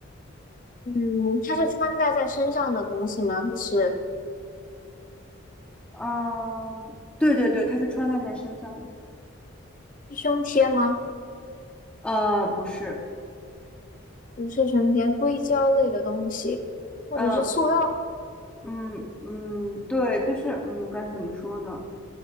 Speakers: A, on the left; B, in the centre.
A: 嗯，它是穿戴在身上的东西吗？还是
B: 嗯，对对对，它是穿戴在身上的，
A: 是胸贴吗？
B: 呃，不是。
A: 不是胸贴，硅胶类的东西，或者是塑料
B: 呃，嗯嗯，对，就是嗯，该怎么说呢？